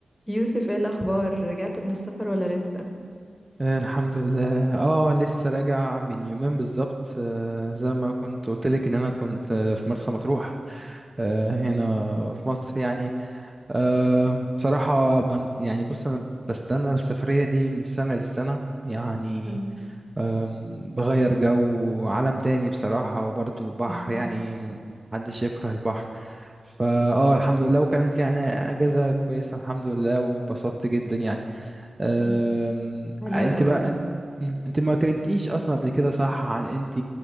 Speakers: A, on the left; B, on the right.
A: يوسف ايه الاخبار رجعت من السفر ولا لسه
B: آه، الحمد لله اه لسه راجع من يومين بالظبط آه، زي ما كنت قلت لك ان انا كنت آه، في مرسى مطروح آه، هنا في مصر يعني آه، بصراحة بن- يعني بص انا بستنى السفرية دي من السنة للسنة يعني
A: مم.
B: آم، بغير جو عالم تاني بصراحة وبرضه البحر
A: مم.
B: يعني محدش يكره البحر فاه الحمد لله وكانت يعني اجازة كويسة الحمد لله وبسطت جدا يعني أم،
A: مم. حلو
B: انت
A: قوي
B: بقى انت مم، انت ما كلمتنيش اصلا قبل كده صح عن انت